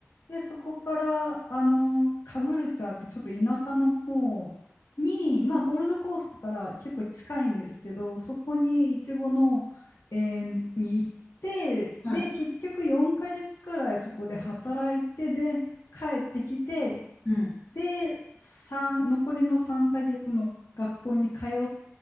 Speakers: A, on the left; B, on the left.
A: で、そこから、あの、カブルチャーってちょっと田舎の方に、まあ、ゴールドコーストから結構近いんですけど、そこにイチゴの園に行って、
B: はい。
A: で、結局4ヶ月くらいそこで働いて、で、帰ってきて、
B: うん。
A: で、三残りの3ヶ月の学校に通っ